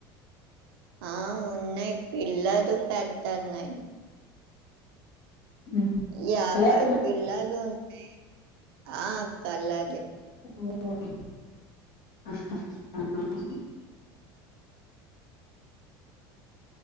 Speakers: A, on the right; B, on the left.
A: ఆ ఉన్నయ్ పిల్లదు పెడ్తున్నాయ్
B: హుహు.
A: యాపై
B: కలర్స్
A: పిల్లలున్నాయ్ ఆ కలర్ య్
B: ఒ ఓ ఔ అ అ అ